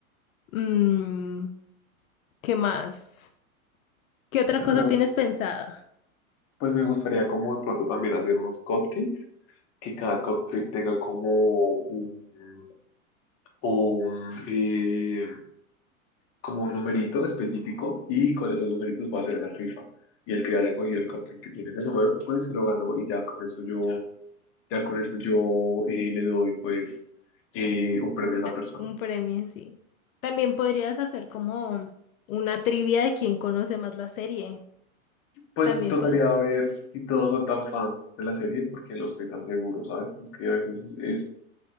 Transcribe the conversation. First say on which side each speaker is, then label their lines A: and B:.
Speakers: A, on the left (about 70°); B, on the left (about 30°).
A: Mm, ¿qué más? ¿Qué otra
B: Yo
A: cosa
B: creo,
A: tienes pensado?
B: pues me gustaría como de pronto también hacer unos cupcakes, que cada cupcake tenga como un, un, eh, como un numerito específico y con esos numeritos puedo hacer una rifa. Y el que ya haya cogido el cupcake que tiene ese número, pues se lo ganó y ya con eso yo, ya con eso yo eh, le doy pues eh, un premio a esa
A: Ah,
B: persona.
A: Un premio, sí. También podrías hacer como una trivia de quién conoce más la serie.
B: Pues
A: También,
B: tocaría
A: po-
B: ver si todos son tan fans de la serie porque no estoy tan seguro, ¿sabes? Es que a veces es, es-